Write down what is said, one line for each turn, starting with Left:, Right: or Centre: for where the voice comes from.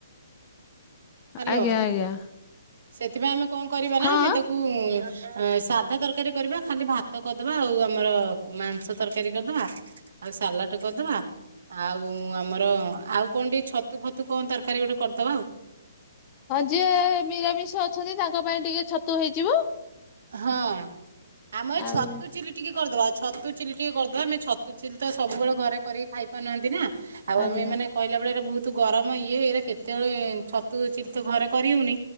Right: ହ୍ୟାଲୋ
Left: ଆଜ୍ଞା ଆଜ୍ଞା
Right: ସେଥିପାଇଁ ଆମେ କଣ କରିବା ନା
Left: ହଁ
Right: ଆମେ ତାକୁ ଅ ସାଧା ତରକାରୀ କରିବା ଖାଲି ଭାତ କରିଦବା ଆଉ ଆମର ମାଂସ ତରକାରୀ କରିଦବା। ଆଉ ସାଲାଡ କରିଦବା ଆଉ ଆମ ଆମର ଆଉ କଣ ଟିକେ ଛତୁ ଫତୁ କଣ ତରକାରୀ ଗୋଟେ କରିଦବା ଆଉ।
Left: ହଁ ଯିଏ ମିରାମିଷ ଅଛନ୍ତି ତାଙ୍କ ପାଇଁ ଟିକେ ଛତୁ ହେଇଯିବ।
Right: ହଁ ଆମ ଏ ଛତୁ
Left: ଆଉ
Right: ଚିଲି ଟିକେ କରିଦବା ଛତୁ ଚିଲି ଟିକେ କରିଦବା ଆମେ ଛତୁ ଚିଲି ତ ସବୁବେଳେ ଘରେ କରିକି ଖାଇ ପାରୁନାହାନ୍ତି ନା। ଆଉ
Left: ଆଜ୍ଞା
Right: ଆମେ ମାନେ କହିଲା ବେଳେ ଏରେ ବହୁତ ଗରମ ଇଏ ଏଇରେ କେତେବେଳେ ଛତୁ ଚିଲି ତ ଘରେ କରିହଉନି।